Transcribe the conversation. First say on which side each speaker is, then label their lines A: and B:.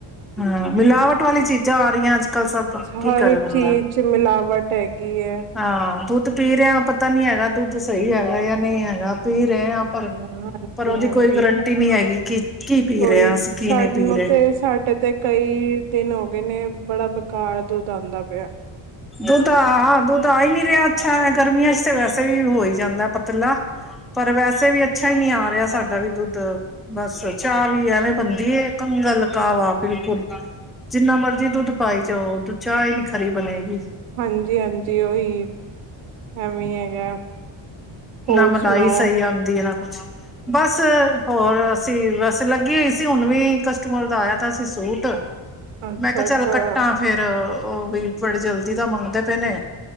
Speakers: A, in the centre; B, on the right.
A: ਹਾਂ ਮਿਲਾਵਟ ਵਾਲੀ ਚੀਜ਼ਾਂ ਆ ਰਹੀਆਂ ਅੱਜ ਕੱਲ ਸਭ
B: ਹਰ
A: ਕੀ ਕਰੇ
B: ਇੱਕ
A: ਬੰਦਾ
B: ਚੀਜ਼ ਚ ਮਿਲਾਵਟ ਹੈਗੀ ਹੈ।
A: ਹਾਂ ਦੁੱਧ ਪੀ ਰਿਹਾ ਪਤਾ ਨੀ ਹੈਗਾ ਤ ਤਾਂ ਸਹੀ ਹੈਗਾ ਜਾਂ ਨਹੀਂ ਹੈ ਗਾ ਪੀ ਰਹੇ ਹਾਂ ਪਰ
B: ਹਾਂਜੀ
A: ਪਰ ਉਹਦੀ
B: ਹਾਂਜੀ
A: ਕੋਈ ਗਰੰਟੀ ਨਹੀਂੀ ਹੈਗੀ ਕਿ ਕੀ ਪੀ
B: ਕੋਈ
A: ਰਹੇਾਂ ਅਸੀਂ ਕੀ
B: ਸਾਨੂੰ
A: ਨਹੀਂ ਪੀ ਰਹੇ
B: ਤੇ ਸਾਡੇ ਤੇ ਕਈ ਦਿਨ ਹੋ ਗਏ ਨੇ ਬੜਾ ਬੇਕਾਰ ਦੁੱਧ ਆਉਂਦਾ ਪਿਆ
A: ਉਹ ਤਾਂ ਹਾ ਹਾਂ ਦੁੱਧ ਆ ਹੀ ਨਹੀਂ ਰਿਹਾ ਅੱਛਾ ਗਰਮੀਆਂ ਚ ਤੇ ਵੈਸੇ ਵੀ ਹੋ ਹੀ ਜਾਂਦਾ ਪਤਲਾ ਪਰ ਵੈਸੇ ਵੀ ਅੱਛਾ ਹੀ ਨਹੀਂੀ ਆ ਰਿਹਾ ਸਾਡਾ ਵੀ ਦੁੱਧ ਬਸ ਚਾਹ ਵੀ ਐਵੇਂ ਬਣਦੀ ਹੈ ਕੰਗਲ ਕਾਹਵਾ ਬਿਲਕੁਲ ਜਿੰਨਾ ਮਰਜੀੀ ਦੁੱਧ ਪਾਈ ਜਾਓ ਚਾਹ ਹੀ ਨੀ ਖਰੀ ਬਣੇਗੀ
B: ਹਾਂਜੀ ਹਾਂਜੀ ਉਓਹੀ ਐਵੇਂ ਹੈਗਾ ਹੋਰ
A: ਨਾ ਮਲਾਈ
B: ਸੁਣਾਓ
A: ਸਹੀ ਆਉਂਦੀ ਹੈ ਨਾ ਕੁਛ ਬਸ ਹੋਰ ਅਸੀਂ ਬਸ ਤੇ ਲੱਗੀ ਹੋਈ ਸੀ ਹੁਣ ਵੀ ਕਸਟਮਰ ਦਾ ਆਇਆ ਤਾ ਸੀ ਸੂਟ
B: ਅੱਛਾ
A: ਮੈਂ ਕਿਹਾ
B: ਅੱਛਾ
A: ਚੱਲ ਕੱਟਾਂ ਫੇਿਰ ਉਹ ਵੀ ਬੜੇ ਜਲਦੀ ਤਾਂ ਮੰਗਦੇ ਪਏ ਨੇ